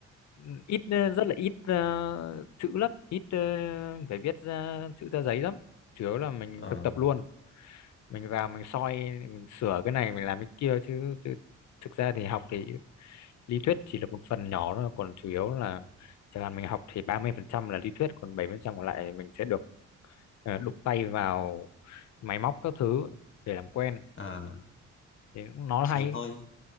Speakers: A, on the left; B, on the left.
A: ừ, ít ờ, rất là ít ờ, chữ lắm ít ờ, phải viết ra chữ ra giấy lắm chủ yếu là mình
B: ờ
A: thực tập luôn mình vào mình soi mình sửa cái này mình làm cái kia chứ, chứ thực ra thì học thì lý thuyết chỉ là một phần nhỏ thôi còn chủ yếu là chẳng hạn mình học thì 30% là lý thuyết còn 70% còn lại mình sẽ được ờ, đụng tay vào máy móc các thứ để làm quen
B: ờ,
A: thì nó
B: trường
A: hay
B: tôi